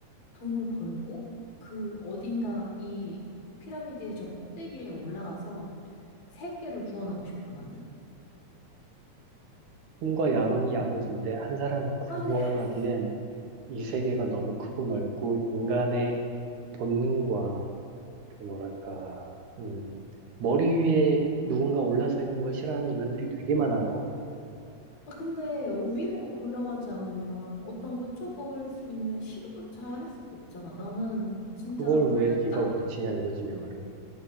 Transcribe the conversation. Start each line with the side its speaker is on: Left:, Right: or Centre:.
Left: 돈을 벌고 그 어딘가 이 피라미드의 저 꼭대기에 올라가서 세계를 구원하고 싶어 나는.
Right: 꿈과 야망이 야무진데 한 사람이 구원하기엔
Left: 아 근데 할 수...
Right: 이 세계가 너무 크고 넓고 인간의 본능과 그 뭐랄까, 음, 머리 위에 누군가 올라서 있는 걸 싫어하는 인간들이 되게 많아요.
Left: 아 근데 위로 올라가지 않으면 어떤 고쳐볼 수 있는 시도조차 할 수가 없잖아. 나는 진짜
Right: 그걸
Left: 모든
Right: 왜 네가
Left: 나쁜
Right: 고치냐 이거지 내 말은.